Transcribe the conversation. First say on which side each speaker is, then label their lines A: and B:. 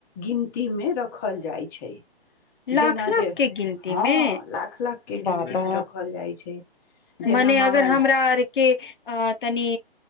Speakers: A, on the left; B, on the left.
A: गिन ती मे रखल जाइ छै
B: लाख
A: जेना
B: लाख
A: जे
B: के गिनती
A: हँ
B: मे
A: लाख लाखके
B: बाबा
A: गिनतीमे रखल जाइ छै जेना
B: मने अगर
A: मान
B: हमरा आर के अ तनि